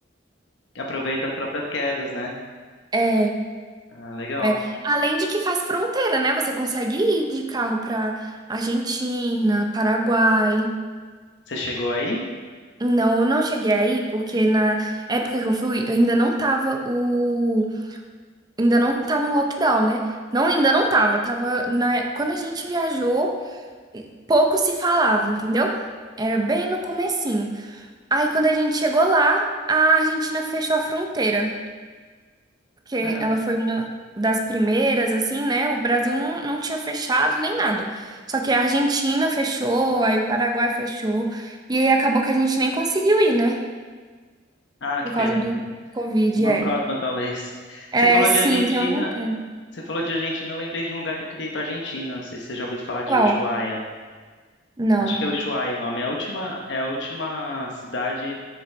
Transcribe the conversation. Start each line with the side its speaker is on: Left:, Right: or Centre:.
Left: Aproveita as próprias quedas, né?
Right: É, é.
Left: Ah, legal.
Right: é. Além de que faz fronteira, né? Você consegue ir de carro pra Argentina, Paraguai.
Left: Você chegou aí?
Right: Não, eu não cheguei aí porque na época que eu fui, ainda não tava o, ainda não tava em lockdown, né? Não, ainda não tava, tava na, quando a gente viajou, pouco se falava, entendeu? Era bem no começo Aí, quando a gente chegou lá, a Argentina fechou a fronteira, porque
Left: Caramba.
Right: ela foi uma das primeiras, assim, né? O Brasil não, não tinha fechado nem nada. Só que a Argentina fechou, aí o Paraguai fechou, e aí acabou que a gente nem conseguiu ir, né?
Left: Ah, que
Right: Por
Left: pena.
Right: causa do Covid,
Left: Uma
Right: é.
Left: próxima, talvez.
Right: É,
Left: Você falou
Right: sim,
Left: de Argentina,
Right: tenho vontade.
Left: você falou de Argentina, eu lembrei de um lugar que eu queria ir pra Argentina. Não sei se você já ouviu falar de
Right: Qual?
Left: Ushuaia.
Right: Não.
Left: Acho que é Ushuaia o nome. É a última, é a última cidade